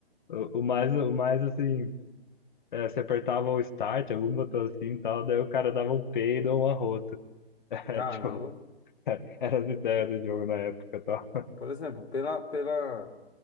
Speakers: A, on the left; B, on the left.
A: o, o mais, o mais, assim, É, você apertava o start, algum botão assim e tal, daí o cara dava um peido ou um arroto. <laughs> É,
B: Caramba.
A: tipo, era as ideias do jogo na época e tal.
B: Por exemplo, pela, pela